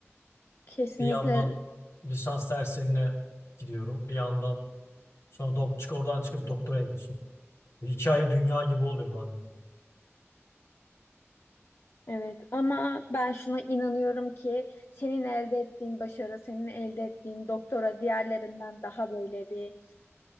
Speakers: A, on the left (about 60°); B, on the left (about 75°).
A: kesinlikle
B: Bir yandan lisans derslerine gidiyorum. Bir yandan sonra dok çık oradan çıkıp doktora gidiyorsun. Hikaye dünya gibi oluyor bazen.
A: Evet ama ben şuna inanıyorum ki senin elde ettiğin başarı, senin elde ettiğin doktora diğerlerinden daha böyle bir